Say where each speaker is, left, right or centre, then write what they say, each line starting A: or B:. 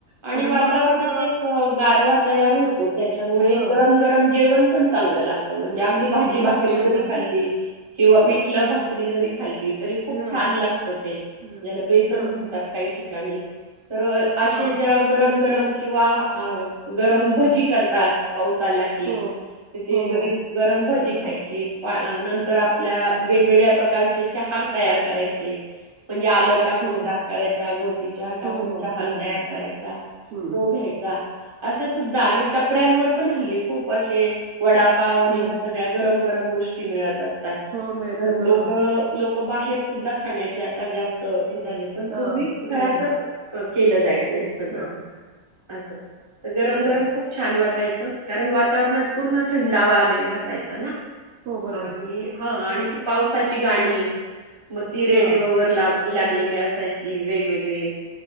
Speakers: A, on the right; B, on the right.
A: आणि
B: तर
A: वातावरणात
B: म्हणून मग
A: एक गारवा तयार होतो, त्याच्यामुळे
B: ह
A: गरम-गरम जेवण. पण चांगलं लागत. अगदी भाजी-भाकरी
B: खूप छान
A: जरी
B: लागतं.
A: खाल्ली किंवा पिठल
B: अ
A: भाकरी जरी. खाल्ली तरी खप
B: हं
A: छान लागत ते,
B: हं
A: बेसन
B: हं
A: म्हणतात, काही ठिकाणी. ठिकाणी. तर अशे
B: हां
A: ज्या गरम-गरम. किंवा गरम भजी करतात. पाऊस आला कि
B: हो
A: तिथे
B: हो हो
A: गरम-गरम भजी
B: बरोबर
A: खायची. नंतर आपल्या वेगवेगळ्या प्रकारचे चहा तयार करायचे. म्हणजे आलं टाकून
B: हो
A: चहा करायचा गवती चहा टाकून.
B: हो हो
A: चहा
B: हो
A: तयार
B: हो
A: करायचा
B: हं
A: तो घ्यायचा. असे सुद्धा आणि टपऱ्यांवर पण हल्ली खूप असे. वडापाव आणि
B: हो
A: ह्या सगळ्या गरम. गरम गोष्टी मिळत असत. असतात.
B: हो मिळतात बरोबर
A: लोक, लोक. बाहेर सुद्धा खाण्याची आता जास्त झाले पण
B: हां
A: पूर्वी घरातच
B: हो हो
A: केलं जायच हे सगळं
B: हां हां
A: असं तर गरम
B: हो
A: गरम खूप छान वाटत कारण वातावरणात पूर्ण थंडावा आलेला असायचा ना
B: हो बरोबर
A: आणि हा आणि ती पावसाची गाणी मग ती रेडिओ
B: हां
A: वर ला लागलेली असायची वेगवेगळी.